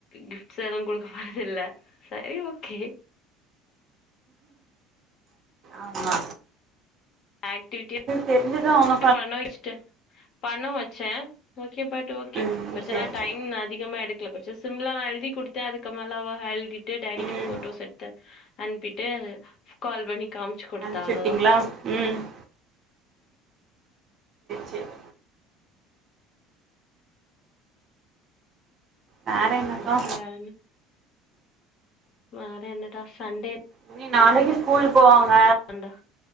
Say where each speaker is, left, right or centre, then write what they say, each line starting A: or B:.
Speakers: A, on the left; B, on the right.
A: கிஃப்ட்ஸ் எது குடுக்க போறதில்ல செரி ஓகே
B: ஆமா
A: ஆக்டிவிட்டி
B: செஞ்சு தா ஆனு
A: பண்ண வெச்ட்டே பண்ண வெச்சே ஓகே பட் ஓகே
B: ம்
A: கொஞ்சோ
B: சேரி
A: நா டைம்
B: சேரி
A: நா அதிகமா எடுக்ல கொஞ்சோ சிம்ள நா எழுதி குடுத்தோ அதுக்கு மேல அவ ஹழ்தி டு டேடிக்கு
B: ம்
A: போட்டோஸ் எடுத்து அன்ப்பிட்டு கால் பண்ணி காமிச்சு குடுத்தா
B: அனுப்ச்சு
A: அவ்ளோதா
B: விட்டீங்களா ம் சேர் வேற என்னக்கா
A: அப்புறம் வேற என்ன வேற என்னடா சண்டே
B: இனி நாளைக்கி ஸ்கூலு போவாங்க
A: தான்டா